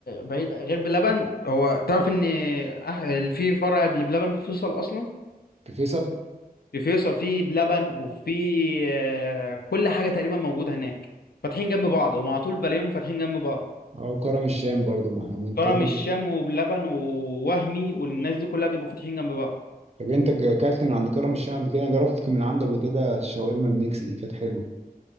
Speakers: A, on the left (about 75°); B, on the right (about 40°).
A: بعيد غير بلبن هو تعرف ان أح- في فرع بلبن في فيصل اصلا
B: في فيصل
A: في فيصل في بلبن وفي آه، كل حاجه تقريبا موجوده هناك فاتحين جنب بعض هم على طول بلاقيهم فاتحين جنب بعض
B: اه وكرم الشام برضو معاهم انت
A: كرم
B: ايه
A: الشام وبلبن ووهمي والناس دي كلها بيبقوا فاتحين جنب بعض
B: طب انت اكلت من عند كرم الشام قبل كده جربت من عنده قبل كده الشاورما الميكس دي كانت حلوه